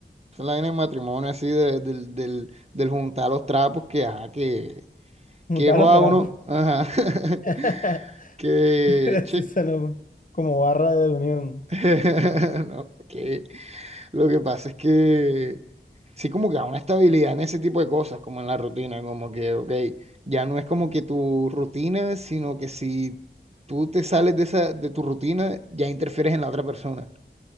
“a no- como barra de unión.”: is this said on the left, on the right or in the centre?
Left